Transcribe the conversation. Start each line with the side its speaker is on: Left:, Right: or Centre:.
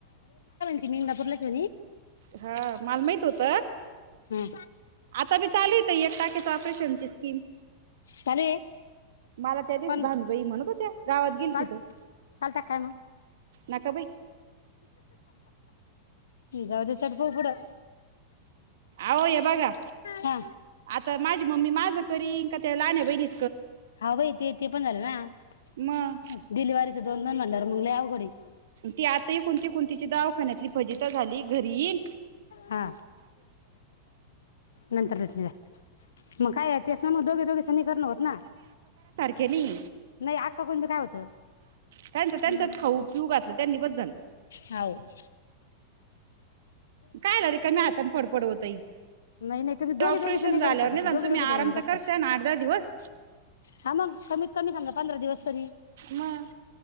Left: <unintelligible> इंदापूरला <unintelligible>
Right: हा मला माहित होत,
Left: हा
Right: आता बी चालूय इथं एक टा ऑपरेशन ची स्कीम
Left: चालू आहे
Right: मला त्या दिवशी
Left: पण
Right: भानुबाई म्हणत होत्या, गावात
Left: चाल
Right: गेली ती त
Left: चालता काय मग
Right: नका बाई
Left: जाऊदे चल पाहू पुढं.
Right: आवो य बघा
Left: हा
Right: आता माझी मम्मी माझ करील का त्या लहाण्या बहीणी-
Left: हा बाई ते ते पण झालं ना
Right: मग
Left: डिलवरीच दोन दोन म्हणल्यावर मग लई अवघडे.
Right: ती आताही कुणती कुणीतीची दावाखान्यातली फजिता झाली घरी ईल
Left: हा नंतर देते जा. मग काय अ तेच ना मग दोघे दोघेच नइ करण होत ना
Right: गेली
Left: नाही. अक्का बंद काय होत?
Right: त्यांचं त्यांचंच
Left: म
Right: खाऊ पिऊ घातलं त्यांनी बस झालं
Left: हाऊ <inaudible>
Right: कायला रीकामी हातान फडफड वतई.
Left: नाही नाही तुम्ही दोघे
Right: ऑपरेशन
Left: दोघेच नाही
Right: झाल्यावर
Left: करू शकत
Right: निदान
Left: ते दोघे
Right: तुम्ही
Left: दोघेच
Right: आराम
Left: होईन कसं
Right: त करशा
Left: काय
Right: न आठ दहा दिवस.
Left: हा मग कमीत कमी समजा पंधरा दिवस तरी
Right: म.